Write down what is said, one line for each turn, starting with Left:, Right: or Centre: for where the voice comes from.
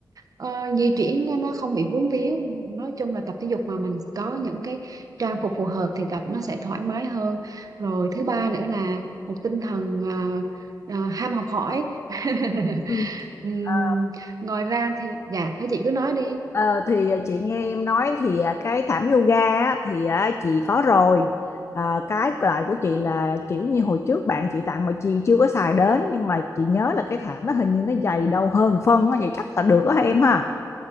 Right: ờ, di chuyển nó nó không bị vướng víu nói chung là tập thể dục mà mình có những cái trang phục phù hợp thì tập nó sẽ thoải mái hơn rồi thứ ba nữa là một tinh thần ờ, ờ, ham học hỏi <laughs>
Left: Ừ.
Right: Ừm,
Left: Ờ,
Right: ngoài ra thì dạ thế chị cứ nói đi
Left: Ờ, thì à, chị nghe em nói thì à, cái thảm yoga á, thì à, chị có rồi à, cái loại của chị là kiểu như hồi trước bạn chị tặng mà chị chưa có xài đến nhưng mà chị nhớ là cái thảm nó hình như nó dày đâu hơn phân á, vậy chắc là được đó em ha